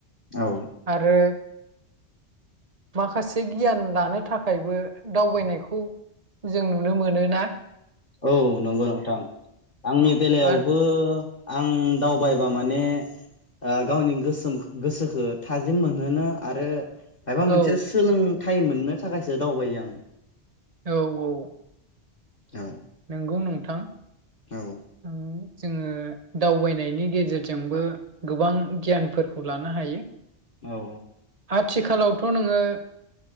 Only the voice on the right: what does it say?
आरो माखासे गियान लानो थाखायबो दावबायनायखौ ज जों नुनो मोनोना
औ
आरो
औ
औ औ
गौ नोंथां
उम, जोङो दावबायनायनि गेजेरजोंबो गोबां गियानफोरखौ लानो हायो
आथिखालावथ नोङो